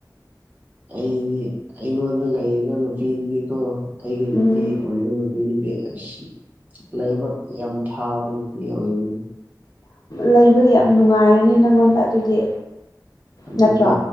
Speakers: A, on the right (about 20°); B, on the left (about 55°).
A: ꯑꯣꯏꯍꯟꯅꯤ ꯑꯩꯉꯣꯟꯗ ꯂꯩꯔꯒꯥ ꯅꯨꯄꯤꯗꯨꯒꯤꯀꯣ ꯑꯩꯒꯤ ꯅꯨꯄꯤ
B: ꯎꯝ
A: ꯑꯣꯏꯕ ꯅꯨꯄꯤꯗꯨꯗꯤ ꯑꯁ ꯂꯥꯏꯕꯛ ꯌꯥꯝ ꯐꯥꯕ ꯅꯨꯄꯤ ꯑꯣꯏꯔꯤꯅꯤ
B: ꯂꯩꯕꯒꯤ ꯌꯥꯝ ꯅꯨꯡꯉꯥꯏꯔꯅꯤ ꯅꯪꯉꯣꯟꯗ ꯑꯗꯨꯗꯤ
A: ꯑꯗꯨꯒꯤ
B: ꯅꯠꯇ꯭ꯔꯣ